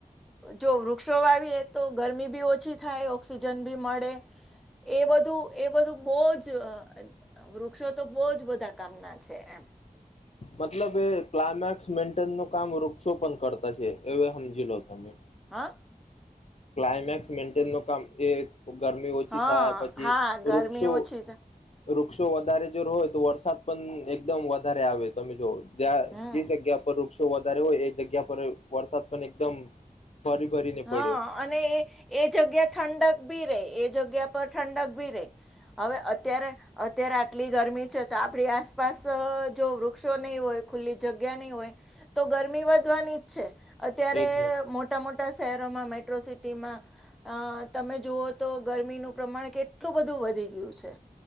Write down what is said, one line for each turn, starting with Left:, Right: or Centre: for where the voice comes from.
Centre: જો વૃક્ષો વાવીએ, તો ગરમી ભી ઓછી થાય, ઓક્સિજન બી મળે, એ બધું એ બધું બહુ જ અ વૃ વૃક્ષો તો બોજ બધા કામના છે, એમ
Left: મતલબ, એ ક્લાયમેક્સ, મેન્ટેન નું કામ વૃક્ષો પણ કરતા છે, એ સમજી લો તમે
Centre: હા
Left: ક્લામેક્સ મેન્ટેન નું કામ એ ગરમી ઓછી
Centre: હા
Left: થાય પછી
Centre: હા
Left: વૃક્ષો,
Centre: ગરમી ઓછી થ
Left: વૃક્ષ જો વધારે જોર હોય તો વરસાદ પણ એકદમ વધારે આવે તમે જો જ્યા
Centre: હમ
Left: જે જગ્યા પર વૃક્ષ વધારે હોય એ જગ્યા પર વરસાદ પણ એકદમ ફરી ભરીને
Centre: હા
Left: પડ્યો
Centre: અને એ એ જગ્યા ઠંડક ભી રે, એ જગ્યા પર ઠંડક ભી રે, હવે અત્યારે અત્યારે આટલી ગરમી છે, તો આપણી આસપાસ જો વૃક્ષો નહી હોય, ખુલ્લી જગ્યા નહી હોય, તો ગરમી વધવાની જ છે અત્યારે,
Left: એજ
Centre: મોટા
Left: ને
Centre: મોટા મોટા શહેરોમાં મેટ્રો સિટીમાં અ તમે જુઓ તો ગરમીનું પ્રમાણ કેટલું બધું વધી ગયું છે,